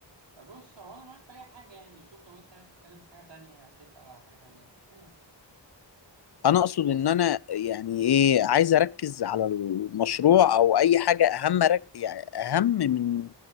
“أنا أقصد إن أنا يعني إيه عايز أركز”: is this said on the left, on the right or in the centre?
Left